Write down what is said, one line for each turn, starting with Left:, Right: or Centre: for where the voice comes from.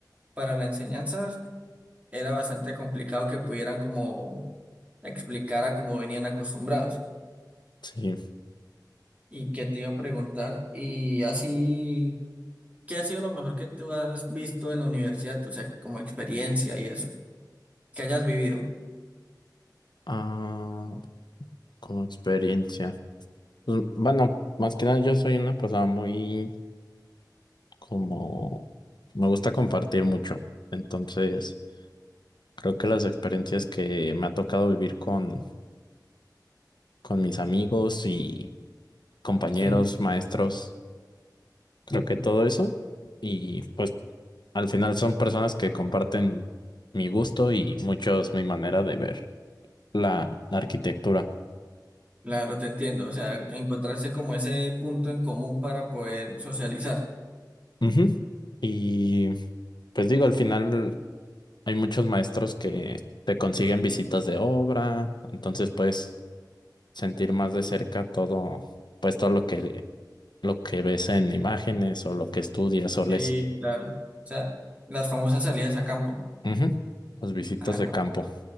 Right: para la enseñanza, era bastante complicado que pudieran como explicar a como venían acostumbrados.
Left: Sí.
Right: ¿Y qué te iba a preguntar? Y así, ¿qué ha sido lo mejor que tú has visto en la universidad? O sea, como experiencia y eso, que hayas vivido.
Left: Ah, como experiencia. Pues, Bueno, más que nada yo soy una persona muy como... Me gusta compartir mucho. Entonces, creo que las experiencias que me ha tocado vivir con, con mis amigos y compañeros,
Right: Sí.
Left: maestros, creo que todo eso. Y pues al final son personas que comparten mi gusto y muchos mi manera de ver la arquitectura.
Right: Claro, te entiendo. O sea, encontrarse como ese punto en común para poder socializar.
Left: Ujú. Y pues digo, al final hay muchos maestros que te consiguen visitas de obra, entonces puedes sentir más de cerca todo, pues todo lo que lo que ves en imágenes o lo que estudias o lees.
Right: Sí, claro. O sea, las famosas salidas a campo.
Left: Ujú. Las visitas
Right: Ah,
Left: de
Right: no.
Left: campo.